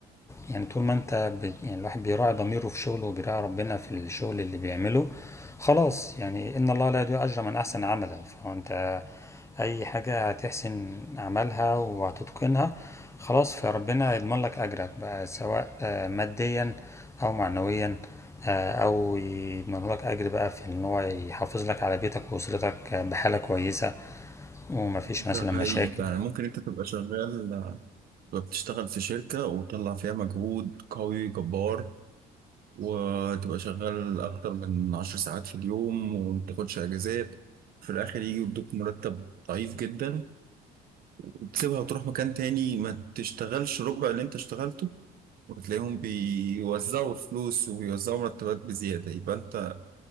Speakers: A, on the left (about 15°); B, on the right (about 60°).
A: يعني طول ما انت ب... يعني الواحد بيراعي ضميره في شغله وبيراعي ربنا في الشغل اللي بيعمله خلاص يعني ان الله لا يضيع اجر من احسن عملا فانت اي حاجة هتحسن عملها وهتتقنها خلاص فربنا يضمن لك اجرك بقى سواء آه، ماديا او معنويا آه، او يضمن لك اجر بقى في ان هو يحافظ لك على بيتك واسرتك آه، بحالة كويسة ومفيش مثلا
B: ده
A: مشاكل
B: حقيقي فعلا ممكن انت تبقى شغال تبقى بتشتغل في شركه وتطلع فيها مجهود قوي جبار وتبقى شغال اكتر من عشر ساعات في اليوم ومتاخدش اجازات في الاخر يجي يدوك مرتب ضعيف جدا وتسيبها وتروح مكان تاني ما تشتغلش ربع اللي انت اشتغلته وتلاقيهم بيوزعوا فلوس وبيوزعوا مرتبات بزيادة يبقى انت